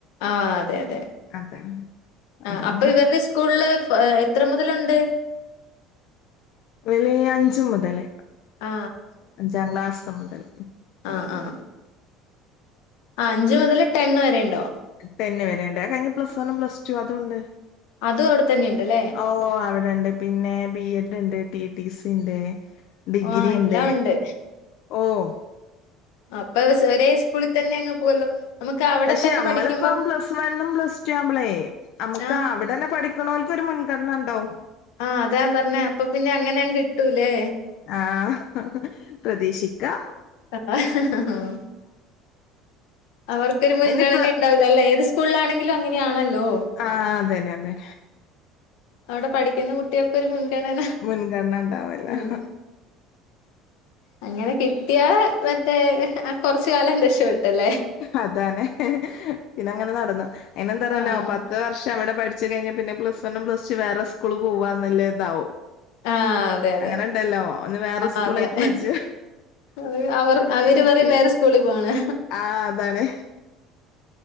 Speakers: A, on the left; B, on the left.
A: ആഹ് അതെ അതെ
B: അതെ
A: ആ
B: അതോണ്ട
A: അപ്പൊ ഇവരുടെ സ്കൂളില് എത്ര മുതലുണ്ട്
B: ഇവല് അഞ്ച മുതല്
A: ആ
B: അഞ്ചാം ക്ലാസ് മുതൽ
A: ആഹ ആഹ അഞ്ച് മുതൽ ടെൻ വരെ ഉണ്ടോ
B: ടെന് വരേണ്ട് അത്‌ കഴിഞ്ഞാ പ്ലസ് വൺും പ്ലസ് ടു അതുണ്ട്
A: അതും അവിടെ തന്നെ ഇണ്ട്ല്ലേ
B: ഓഹ് അവിടെണ്ട് പിന്നെ ബി എഡ് ഇണ്ട് ടി ടി സി ഇണ്ട് ഡിഗ്രി
A: ആ
B: ഇണ്ട്
A: എല്ലാം ഉണ്ട്
B: ഓഹ്
A: അപ്പൊ ഒരേ സ്കൂളിൽ തന്നെ അങ്ങ് പോവല്ലോ നമുക്ക് അവിടെ
B: പക്ഷെ
A: തന്നെ
B: അമ്മളിപ്പം
A: പഠിക്കുമ്പം
B: പ്ലസ് വണ്ണും പ്ലസ് ടു ആവുമ്പോളേ നമ്മുക്ക്
A: ആ
B: അവിടെന്നെ പഠ പഠിക്കണോല്ക്ക് ഒരു മുൻഗണന ഉണ്ടാവും
A: ആഹ് അതാ പറഞ്ഞേ അപ്പൊ പിന്നെ അങ്ങനെ അങ്ങ് കിട്ടൂലേ
B: ആഹ പ്രതീക്ഷിക്കാ
A: ആഹ് അവർക്കൊരു മുൻഗണന
B: അയിനിപ്പ
A: ഉണ്ടാവൂലല്ലേ ഏത് സ്കൂളിലാണെങ്കിലും അങ്ങനെയാണല്ലോ
B: ആഹ് അതന്നെ അതന്നെ
A: അവിടെ പഠിക്കുന്ന കുട്ടികൾക്കൊരു മുൻഗണന
B: മുൻഗണന ഉണ്ടാവല്ലോ
A: ആഹ് അങ്ങനെ കെ കിട്ടിയാ മറ്റേ കുറച്ച് കാലം രക്ഷപ്പെട്ടല്ലേ
B: അതന്നെ പിന്നെ അങ്ങനെ നടന്നു അയിനെന്ത് പറയാനാ
A: ആഹ്
B: പ പത്ത് വർഷം അവിടെ പഠിച്ചു കഴിഞ്ഞാ പിന്നെ പ്ലസ് വണും പ്ലസ് ടു വേറെ സ്കൂള് പോവാ എന്ന്ല്ല ഇതാവും
A: ആഹ്
B: ഉം
A: അതെ അതെ
B: അങ്ങനെ ഇണ്ടല്ലോ ഒന്ന് വേറെ
A: ആഹ്
B: സ്കൂളായിട്ട്
A: അതെ
B: പടിച്ച്
A: അത് അവർ
B: അങ്ങനെയിരിക്കെ
A: അവര് പറയും വേറെ സ്കൂളിൽ പോണ്
B: ആഹ് അതാണ്